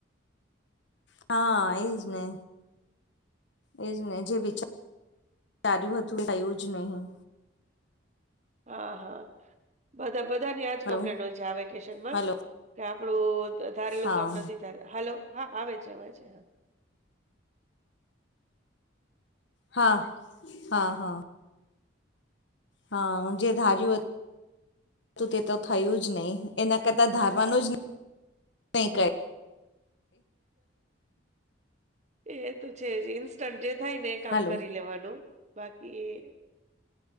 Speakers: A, on the left; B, on the right.
A: હા એજ ને. એ જ ને જે વિચાર ચાર્યું હતું એ થયું જ નહી.
B: અ હા. બધા બધાની આજ
A: હલો
B: કમ્પ્લેન હોય છે આ વેકેશનમાં,
A: હલો
B: કે આપડું ધારેલું
A: હા
B: કામ નથી થા હલો હા આવે છે અવાજ હા.
A: હા, હા હા. હા જે ધાર્યું હતું તે તો થયું જ નહી. એના કરતાં ધારવાનું જ નહી કઈ.
B: એ તો છે જ ઇન્સ્ટન્ટ જે થાય ને એ કામ
A: હાલો
B: કરી લેવાનું. બાકી